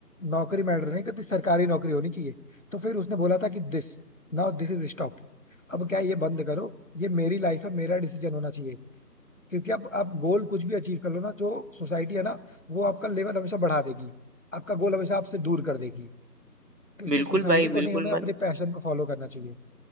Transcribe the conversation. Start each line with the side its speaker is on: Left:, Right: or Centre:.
Left: नौकरी मैटर नहीं करती सरकारी नौकरी होनी चाहिए तो फिर उसने बोला था कि this now this is stop अब क्या है, ये बंद करो ये मेरी लाइफ है मेरा डिसीजन होना चाहिए क्योंकि अब आप गोल कुछ भी अचीव कर लो ना जो सोसाइटी है ना वो आपका लेवल हमेशा बढ़ा देगी आपका गोल हमेशा आपसे दूर कर देगी तो इसलिए
Right: बिल्कुल
Left: सोसाइटी
Right: भाई
Left: को
Right: बिल्कुल
Left: नहीं हमें अपने
Right: मत
Left: पैशन को फॉलो करना चाहिए